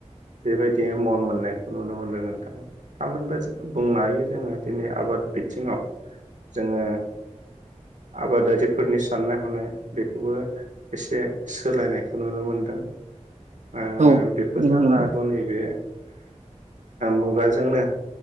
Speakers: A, on the right (about 80°); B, on the right (about 70°).
A: बेबायदिनो मन मोननायखौ नुनो मोनदों नोंथाङा थामहिनबा बुंनो हायो जोङो दिनै आबाद बिथिङाव जोङो आबादारिफोरनि साननाय हनाय बेखौबो एसे सोलायनायखौ नुनो मोनदों ओ
B: औ
A: बेफोर
B: नंगौ
A: जानो
B: नंगौ
A: हागौ नैबे मुगाजोंनो